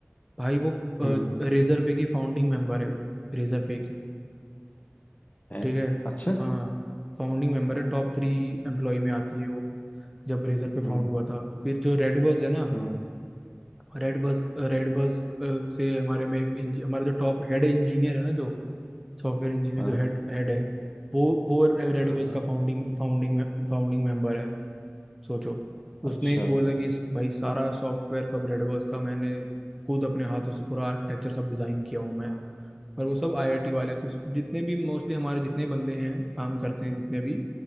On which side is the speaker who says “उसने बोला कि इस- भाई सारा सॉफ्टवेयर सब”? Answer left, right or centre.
Centre